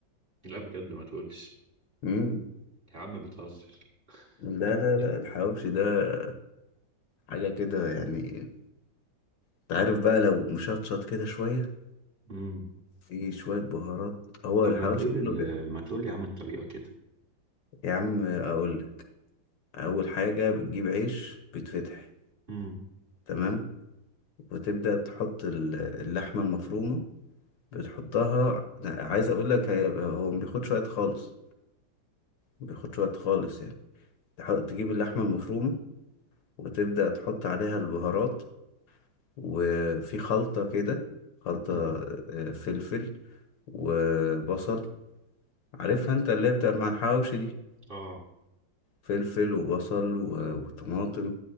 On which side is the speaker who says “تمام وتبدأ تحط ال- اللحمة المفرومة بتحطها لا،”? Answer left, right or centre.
Left